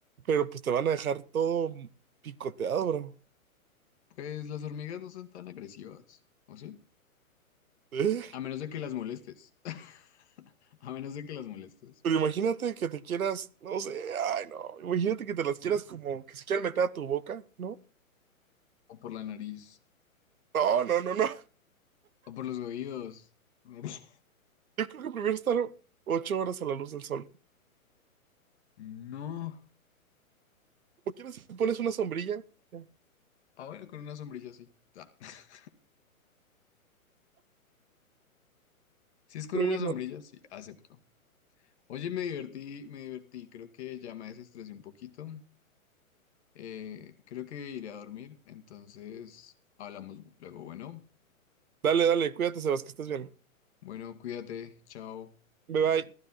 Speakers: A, on the right; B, on the left.
A: Pero pues te van a dejar todo picoteado, bro.
B: Pues las hormigas no son tan agresivas, ¿o sí?
A: ¿Eh?
B: A menos de que las molestes. <laughs> A menos de que las molestes.
A: Pero imagínate que te quieras, no sé, ay no, imagínate que te las quieras como que se quieran meter a tu boca, ¿no?
B: O por la nariz.
A: No, no, no, no.
B: O por los oídos. <laughs> Nariz.
A: Yo creo que prefiero estar ocho horas a la luz del sol.
B: No.
A: Como quieras, si te pones una sombrilla, ya.
B: Ah, bueno, con una sombrilla sí. Ah, <laughs> Si es con
A: Pero
B: una
A: bueno.
B: sombrilla, sí, acepto. Oye, me divertí, me divertí. Creo que ya me desestresé un poquito. Eh, creo que iré a dormir. Entonces, hablamos luego. Bueno,
A: Dale, dale, cuídate, Sebas, que estés bien.
B: bueno, cuídate. Chao.
A: Bye bye.